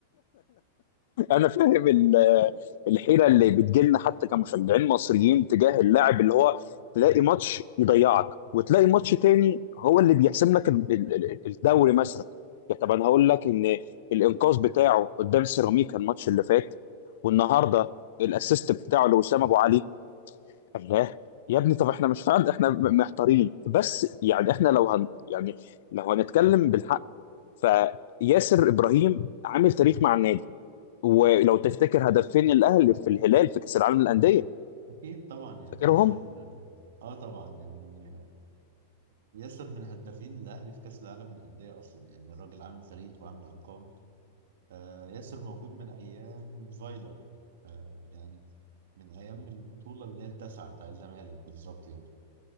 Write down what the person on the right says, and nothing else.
أكيد طبعا يعني
ياسر آه آه طبعا يعني آه، ياسر من هدافين الأهلي في كأس العالم للأندية أصلا يعني الراجل عامل تاريخ وعامل أرقام آه، ياسر موجود من أيام فايلر آه، يعني من أيام البطولة اللي هي التاسعة بتاع الزمالك بالظبط يعني